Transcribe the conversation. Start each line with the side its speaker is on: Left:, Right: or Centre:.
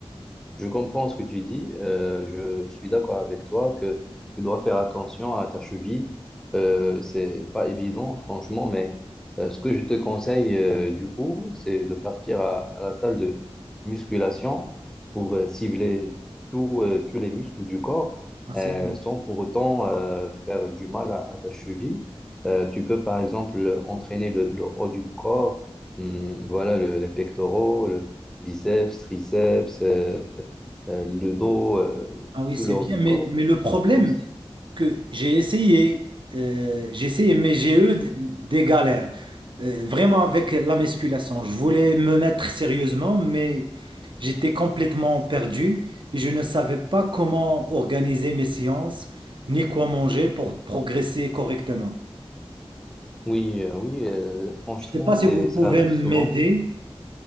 Centre: je comprends ce que tu dis. euh, je suis d'accord avec toi que tu dois faire attention à ta cheville. Euh, c'est pas évident, franchement, mais euh, ce que je te conseille euh, du coup, c'est de partir à, à la salle de musculation pour euh, cibler tout, euh, tous les muscles du corps
Right: ah, c'est-
Centre: euh, sans pour autant euh, faire du mal à, à ta cheville. Euh, tu peux par exemple entraîner le, le haut du corps, hum, voilà, le- les pectoraux, le biceps, triceps. euh, euh, le dos, euh,
Right: ah oui,
Centre: tout
Right: c'est
Centre: le haut
Right: bien,
Centre: du
Right: mais,
Centre: corps.
Right: mais le problème,
Centre: Aussi.
Right: que j'ai essayé, euh, j'ai essayé, mais j'ai eu d- des galères. Euh, vraiment avec la musculation. Je voulais me mettre sérieusement, mais j'étais complètement perdu et je ne savais pas comment organiser mes séances ni quoi manger pour progresser correctement.
Centre: Oui, euh, oui, euh, franchement,
Right: Je ne sais pas
Centre: c'est,
Right: si vous pouvez
Centre: ça arrive
Right: m'aider.
Centre: souvent.